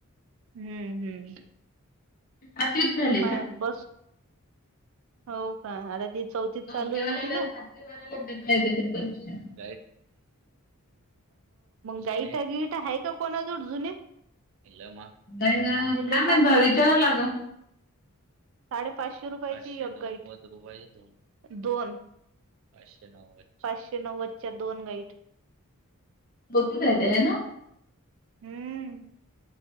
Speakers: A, on the right; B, on the left.
A: हम्म हम्म!
B: अतिच झालं
A: काय बस, हो काय आता ती चौथीत
B: चौथीवाल्याला
A: चालू आहेन तिला?
B: परीक्षा
A: मग गाईडागिट आहे का कोणाजोड जुने? <unintelligible>
B: गाईडा
A: हे
B: काय
A: लय
B: माहित
A: महाग
B: विचारावं लागेल.
A: साडे पाचशे रुपयाची एक गाईड! दोन पाचशे पाचशे नव्वदच्या दोन गाईड.
B: बघ की बाई त्या हेन
A: हम्म!